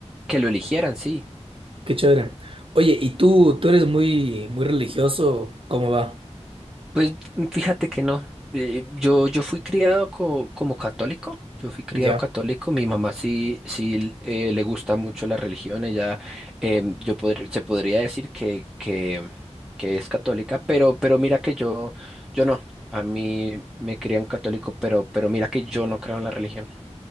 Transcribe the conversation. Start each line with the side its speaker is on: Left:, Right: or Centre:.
Centre: que lo eligieran, sí.
Right: Qué chévere. Oye, ¿y tú, tú eres muy, muy religioso? ¿Cómo va?
Centre: Pues mm, fíjate que no. Eh, yo, yo fui criado co- como católico. Yo fui criado
Right: Ya.
Centre: católico. Mi mamá sí, sí eh, le gusta mucho la religión. Ella, em, yo podr- se podría decir que, que, que es católica, pero, pero mira que yo, yo no. A mí me crían católico, pero, pero mira que yo no creo en la religión.